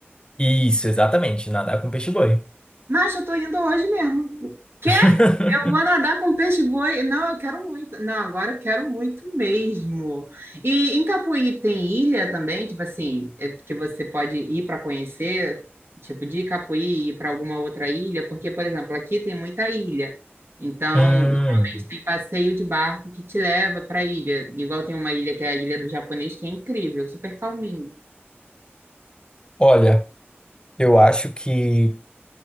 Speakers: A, on the left (about 20°); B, on the right (about 65°).
A: Isso, exatamente, nadar com peixe-boi.
B: Mas eu tô indo hoje mesmo. Quer?
A: <laughs>
B: Eu vou nadar com peixe-boi. Não, eu quero muito. Não, agora eu quero muito mesmo. E em Capuí tem ilha também, tipo assim, é porque você pode ir para conhecer, tipo de Capuí e ir para alguma outra ilha, porque, por exemplo, aqui tem muita ilha. Então,
A: Hum,
B: normalmente tem passeio de barco que te leva para ilha. Igual tem uma ilha que é a Ilha do Japonês, que é incrível, super calminho.
A: olha, eu acho que